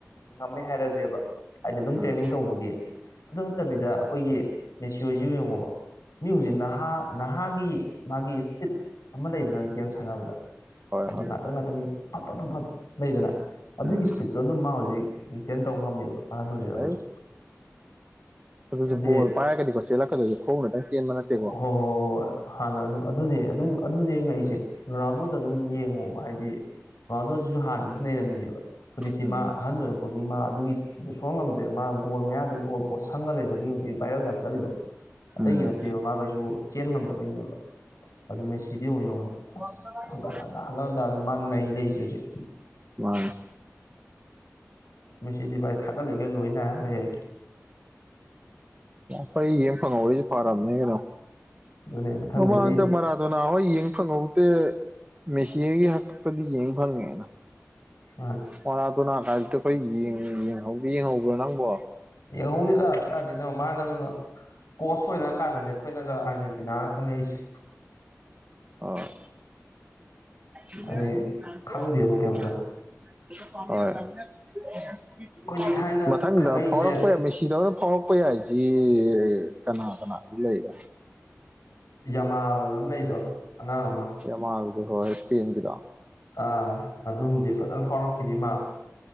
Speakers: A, on the left; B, on the right.
A: ꯉꯝꯃꯦ ꯍꯥꯏꯔꯁꯦꯕ ꯍꯥꯏꯗꯤ ꯑꯗꯨꯝ
B: ꯎꯝ
A: ꯇ꯭ꯔꯦꯅꯤꯡ ꯇꯧꯕꯒꯤ ꯑꯗꯨ ꯅꯠꯇꯕꯤꯗ ꯑꯩꯈꯣꯏꯒꯤ ꯃꯦꯁꯤꯁꯤ ꯌꯦꯡꯉꯣꯕ ꯃꯤ ꯍꯧꯖꯤꯛ ꯅꯍꯥ ꯅꯍꯥꯒꯤ ꯃꯥꯒꯤ ꯏꯁꯄꯤꯠ ꯑꯃ ꯂꯩꯗꯅ ꯒꯦꯝ ꯁꯥꯟꯅꯕꯗ
B: ꯍꯣꯏ
A: ꯍꯥꯏꯗꯤ
B: ꯍꯣꯏ
A: ꯉꯥꯛꯇꯪ ꯉꯥꯛꯇꯪꯒꯤ ꯐꯠ ꯐ ꯐ ꯂꯩꯗꯅ ꯑꯗꯨꯒꯤ
B: ꯎꯝ
A: ꯏꯁꯄꯤꯠꯇꯣ ꯑꯗꯨꯝ ꯃꯥ ꯍꯧꯖꯤꯛ ꯔꯤꯇꯔꯟ ꯇꯧꯕ ꯉꯝꯃꯦꯕ ꯑꯍꯟ ꯑꯣꯏꯖꯔꯒꯁꯨ
B: ꯑꯗꯩ ꯑꯗꯨꯁꯨ
A: ꯎꯝ ꯑꯗꯨꯗꯤ
B: ꯕꯣꯜ ꯄꯥꯏꯔꯒꯗꯤꯀꯣ ꯆꯦꯜꯂꯛꯀꯗꯣꯏꯁꯦ ꯈꯣꯡꯅꯗꯪ ꯆꯦꯟꯕ ꯅꯠꯇꯦꯀꯣ
A: ꯍꯣꯏ ꯍꯣꯏ ꯍꯣꯏ ꯍꯣꯏ ꯍꯥꯟꯅ ꯑꯗꯨꯝ ꯑꯗꯨꯅꯤ ꯑꯗꯨ ꯑꯗꯨꯝ ꯑꯗꯨꯅꯦ ꯌꯦꯡꯉꯛꯏꯁꯦ ꯔꯣꯅꯥꯜꯗꯣꯗ ꯑꯗꯨꯝ ꯌꯦꯡꯉꯣꯕ ꯍꯥꯏꯗꯤ ꯑꯗꯨꯣ ꯁꯤꯁꯨ ꯍꯥꯟꯅꯗꯤ ꯂꯩꯔꯝꯃꯤꯅꯦꯕ ꯍꯧꯖꯤꯛꯇꯤ
B: ꯎꯝ
A: ꯃꯥ ꯑꯍꯟ ꯑꯣꯏꯔꯛꯄꯒꯤ ꯃꯥ ꯑꯗꯨꯒꯤ ꯑꯗꯨ ꯁꯣꯛ ꯉꯝꯗ꯭ꯔꯦ ꯃꯥ ꯒꯣꯜ ꯃꯌꯥꯗ ꯒꯣꯜ ꯄꯣꯠ ꯁꯪꯉ ꯂꯩꯕꯒꯤ ꯍꯧꯖꯤꯛ ꯕꯥꯏꯔꯜ ꯌꯥꯝ ꯆꯠꯂꯤꯗꯣ ꯑꯇꯩꯒꯤ
B: ꯎꯝ
A: ꯅꯠꯇꯦꯕ ꯃꯥ ꯀꯩꯁꯨ ꯆꯦꯟ ꯉꯝꯗꯕꯩꯅꯦꯕ ꯑꯗꯨ ꯃꯦꯁꯤꯗꯤ ꯑꯃꯨꯛ ꯌꯡꯉꯦ
B: ꯍ
A: ꯀꯅꯥ ꯅꯍꯜ ꯇꯔꯗꯤ ꯃꯥ ꯅꯩ ꯂꯩꯔꯤꯁꯦ ꯍꯧꯖꯤꯛ
B: ꯃꯥ
A: ꯃꯦꯁꯤꯗꯤ ꯚꯥꯏ ꯊꯥꯒꯠꯂꯤꯒꯦ ꯂꯣꯏꯅꯔꯣꯏꯍꯦ
B: ꯍꯣꯏ ꯌꯦꯡ ꯐꯪꯍꯕꯩꯁꯦ ꯐꯥꯔꯝꯅꯤ ꯀꯩꯅꯣ
A: ꯑꯗꯨꯅꯦ ꯃꯊꯪꯗꯩꯗꯤ
B: ꯃꯃꯥꯡꯗ ꯃꯔꯥꯊꯣꯅꯥ ꯍꯣꯏ ꯌꯦꯡ ꯐꯪꯍꯧꯗꯦ ꯃꯦꯁꯤꯒꯤ ꯍꯥꯛꯇꯛꯇꯗꯤ ꯌꯦꯡ ꯐꯪꯉꯦ
A: ꯑ
B: ꯃꯔꯥꯗꯣꯅ ꯀꯥꯏꯗꯨꯗꯤ ꯈꯣꯏ ꯌꯦꯡ ꯌꯦꯡꯍꯧꯗꯦ ꯌꯦꯡꯍꯧꯕ꯭ꯔꯣ ꯅꯪꯕꯣ
A: ꯌꯦꯡꯍꯧꯗꯦꯗ ꯀꯥꯢꯗꯩꯩꯅꯣ ꯃꯥꯅꯒ ꯀꯣꯁ ꯑꯣꯏꯔꯛꯀꯥꯟꯗꯅꯦ ꯑꯩꯈꯣꯏꯅꯒ ꯑꯥꯔꯖꯦꯟꯇꯤꯅꯥꯒ ꯈꯪꯉꯛꯏꯁꯦ
B: ꯑꯥ ꯃꯤꯔꯦ
A: ꯍꯥꯏꯗꯤ
B: ꯅꯅꯥꯕꯣ
A: ꯈꯪꯗꯦꯕ
B: <unintelligible>
A: ꯀꯩꯝꯇ ꯑꯩꯈꯣꯏꯗꯤ ꯊꯥꯏꯅ
B: ꯃꯊꯪꯗ
A: ꯈꯪꯉꯛꯏꯁꯦ
B: ꯐꯥꯎꯔꯛꯄ ꯃꯦꯁꯤꯗꯧꯅ ꯐꯥꯎꯔꯛꯄ ꯐꯥꯎꯔꯛꯄ ꯌꯥꯏꯁꯤ ꯀꯅꯥ ꯀꯅꯥ ꯂꯩꯔꯦ
A: ꯌꯥꯃꯥꯜ ꯑꯅ ꯑꯃ ꯂꯩꯗꯣ ꯑꯉꯥꯡ ꯑꯃ
B: ꯌꯃꯥꯜ ꯗꯨꯔꯣ ꯏꯁꯄꯦꯟꯒꯤꯗꯣ
A: ꯑꯥ ꯑꯗꯨꯝꯗꯤ ꯐꯖꯅ ꯐꯥꯎꯔꯛꯈꯤꯅꯤ ꯃꯥ